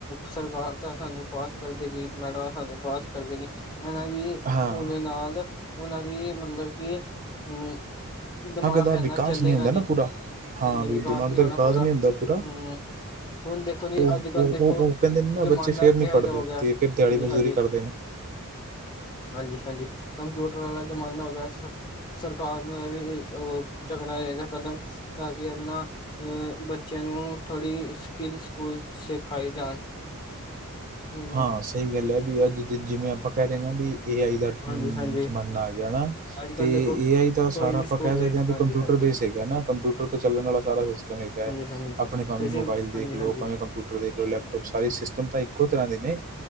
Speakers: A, on the left; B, on the right.
A: ਸਰਕਾਰ ਤਾਂ ਸਾਨੂੰ ਪਾਸ ਕਰ ਦੇਗੀ ਮੈਡਮਾਂ ਸਾਨੂੰ ਪਾਸ ਕਰ ਦੇਗੀ। ਹੈਨਾ ਜੀ
B: ਹਾਂ
A: ਉਹਦੇ ਨਾਲ਼ ਉਹਨਾਂ ਦੀ ਮਤਲਬ ਕਿ ਉ ਦਿਮਾਗ
B: ਦਾ
A: ਹੈਗਾ
B: ਵਿਕਾਸ
A: ਚੱਲੇਗਾ
B: ਨਹੀਂ ਹੁੰਦਾ
A: ਨੀ
B: ਨਾ ਪੂਰਾ ਹਾਂ
A: ਹਾਂਜੀ
B: ਵੀ
A: ਵਿਕਾਸ
B: ਦਿਮਾਗ
A: ਨੀ
B: ਦਾ
A: ਹੋਣਾ
B: ਵਿਕਾਸ
A: ਪੂਰਾ
B: ਨਹੀਂ ਹੁੰਦਾ ਪੂਰਾ
A: ਹਮ। ਹੁਣ ਦੇਖੋ ਜੀ
B: ਉਹ
A: ਅੱਜ ਕੱਲ੍ਹ
B: ਉਹ
A: ਦੇਖੋ
B: ਉਹ ਉਹ ਕਹਿੰਦੇ ਨੇ ਨਾ
A: ਜ਼ਮਾਨਾ
B: ਬੱਚੇ ਫੇਰ
A: ਕਿਹੋ
B: ਨਹੀਂ ਪੜ੍ਹਦੇ
A: ਜਿਹਾ ਹੋ ਗਿਆ
B: ਤੇ ਫਿਰ ਦਿਹਾੜੀ
A: ਹਾਂਜੀ
B: ਮਜ਼ਦੂਰੀ
A: ਹਾਂਜੀ।
B: ਕਰਦੇ ਨੇ
A: ਹਾਂਜੀ ਹਾਂਜੀ ਕੰਪਿਊਟਰ ਆਲਾ ਜ਼ਮਾਨਾ ਹੋ ਗਿਆ ਸ ਸਰਕਾਰ ਉਹਨੂੰ ਇਹ ਵੀ ਉਹ ਚੱਕਣਾ ਚਾਹੀਦਾ ਕਦਮ। ਤਾਂ ਕਿ ਆਪਣਾ ਅਹ ਬੱਚਿਆਂ ਨੂੰ ਥੋੜ੍ਹੀ ਸਕਿੱਲ ਸਕੁੱਲ ਸਿਖਾਈ ਜਾਣ। ਹੂੰ
B: ਹਾਂ ਸਹੀ ਗੱਲ ਹੈ ਵੀ ਅੱਜ ਜਿਵੇਂ ਆਪਾਂ ਕਹਿ ਰਹੇ ਨਾ ਵੀ ਏ ਆਈ ਦਾ ਹਮ
A: ਹਾਂਜੀ-ਹਾਂਜੀ
B: ਜਮਾਨਾ ਆ ਗਿਆ ਹਨਾ
A: ਅੱਜ ਕੱਲ੍ਹ
B: ਤੇ
A: ਦੇਖੋ
B: ਏ ਆਈ ਦਾ
A: ਕੋਈ
B: ਸਾਰਾ
A: ਵੀ
B: ਆਪਾਂ
A: ਸਕੂਲ
B: ਕਹਿ ਸਕਦੇ
A: ਏ
B: ਹਾਂ ਵੀ
A: ਹਾਂਜੀ-ਹਾਂਜੀ
B: ਕੰਪਿਊਟਰ ਬੇਸ ਹੈਗਾ ਨਾ ਕੰਪਿਊਟਰ ਕੰਪਿਊਟਰ ਤੋਂ ਚੱਲਣ ਵਾਲਾ ਸਾਰਾ ਸਿਸਟਮ ਹੈਗਾ
A: ਹਾਂਜੀ-ਹਾਂਜੀ
B: ਆਪਣੇ ਭਾਵੇਂ
A: ਤੁਸੀਂ
B: ਮੋਬਾਈਲ ਦੇਖ
A: ਹਾਂਜੀ-ਹਾਂਜੀ
B: ਲੋ ਭਾਵੇਂ ਕੰਪਿਊ ਕੰਪਿਊਟਰ <unintelligible> ਲੈਪਟੌਪ ਸਾਰੇ ਸਿਸਟਮ ਤਾਂ ਇੱਕੋ ਤਰਾਂ ਦੇ ਨੇ